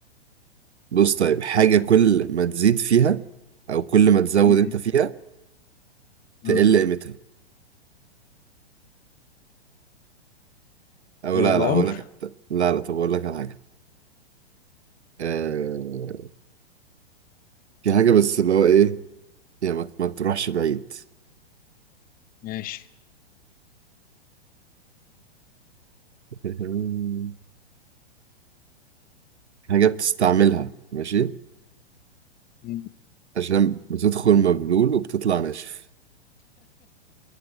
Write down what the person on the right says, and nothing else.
بص طيب حاجه كل ما تزيد فيها او كل ما تزود
انت فيها
تقل قيمتها او
لا
لا هقول لك لا لا طب اقول لك على حاجه آه... في حاجه بس اللي هو ايه يعني ما, ما تروحش بعيد
<laughs> حاجه بتستعملها ماشي
عشان بتدخل مبلول وبتطلع ناشف